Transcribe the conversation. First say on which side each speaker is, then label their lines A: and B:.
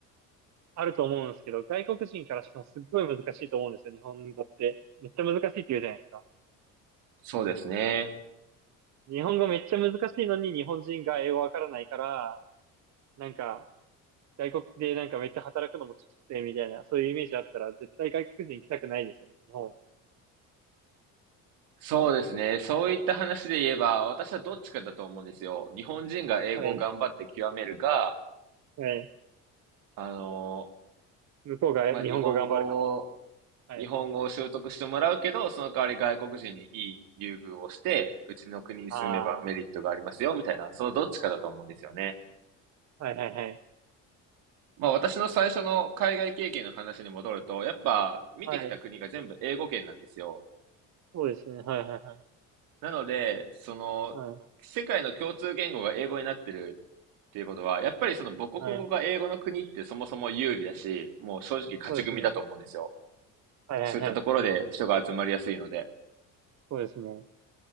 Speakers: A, on the right; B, on the right.
A: あると思うんですけど、外国人からしてもすっごい難しいと思うんですよ、日本語って。めっちゃ難しいって言うじゃないですか。
B: そうですね。
A: 日本語めっちゃ難しいのに日本人が英語わからないから、なんか外国でなんかめっちゃ働くのもきつくてみたいな、そういうイメージあったら絶対外国人行きたくないですよね、日本。
B: そうですね。そういった話で言えば、私はどっちかだと思うんですよ。日本人が英語を頑張って極めるか、
A: はい。はい。
B: あの
A: 向こうが日本語頑張るか
B: まあ、日本語を、
A: ら。
B: 日本語を習得してもらうけど、
A: はい。
B: その代わり外国人にいい優遇をして、うちの国に住めばメリットがありますよ、
A: ああ。
B: みたいな、そのどっちかだと思うんですよね。
A: はいはいはい。
B: まあ私の最初の海外経験の話に戻ると、やっぱ見てきた国が全部英語圏なんですよ。
A: はい。そうですね。はいはいはい。
B: なので、その、
A: はい。
B: 世界の共通言語が英語になってるっていうことは、やっぱりその母国語が英語の国ってそもそも有利だし、
A: はい。
B: もう正直勝ち組だと思うんですよ。
A: そうですね。はいはいはい。
B: そういったところで人が集まりやすいので。
A: そうですね。